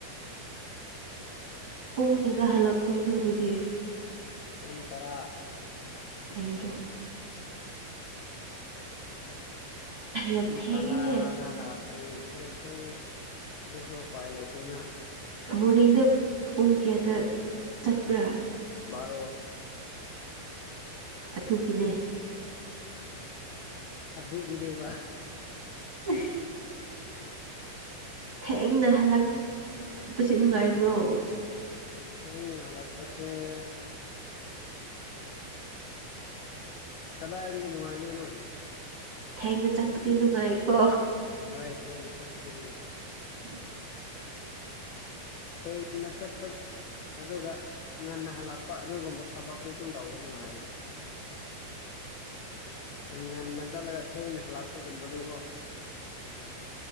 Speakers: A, on the right; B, on the left.
A: ꯄꯨꯡ ꯀꯌꯥꯗ ꯍꯜꯂꯛꯇꯣꯏꯅꯣ ꯑꯗꯨꯗꯤ
B: ꯄꯨꯡ ꯇꯔꯥ
A: ꯑꯌꯨꯔꯣ ꯌꯥꯝ ꯊꯦꯡꯉꯦꯍꯦ
B: ꯇꯂꯥꯗ ꯍꯥꯔ ꯐꯅꯤ ꯐꯩ ꯊꯩ ꯑꯗꯨꯁꯨ ꯎꯄꯥꯏ ꯂꯩꯇꯦꯅ
A: ꯃꯣꯔꯅꯤꯡꯗ ꯄꯨꯡ ꯀꯌꯥꯇ ꯆꯠꯄ꯭ꯔꯥ
B: ꯔꯣ
A: ꯑꯗꯨꯒꯤꯅꯦ
B: ꯑꯗꯨꯗꯒꯗꯕ
A: ꯎ ꯊꯦꯡꯅ ꯍꯜꯂꯛꯄꯁꯦ ꯅꯨꯡꯉꯥꯏꯕ꯭ꯔꯣ
B: ꯍꯅꯦꯂ ꯄꯁꯦ ꯀꯗꯥꯏꯗꯒꯤ ꯣꯉꯥꯏꯗꯣꯏꯅꯣ
A: ꯊꯦꯡꯅ ꯆꯠꯄꯗꯤ ꯅꯨꯡꯉꯥꯏꯀꯣ
B: ꯍꯏ ꯊ ꯁ ꯑꯗꯨ
A: ꯎ
B: ꯍꯦꯡꯅ ꯆꯠꯄ ꯑꯗꯨꯒ ꯉꯟꯅ ꯍꯜꯂꯛꯄ ꯑꯗꯨꯒꯨꯝꯕ ꯊꯕꯛꯇꯤ ꯑꯗꯨꯝ ꯇꯅ ꯃꯥꯔꯖ ꯉꯟꯅ ꯆꯠꯂꯒ ꯊꯦꯡꯅ ꯍꯂꯛꯄꯒꯨꯝꯕꯅꯤꯀꯣ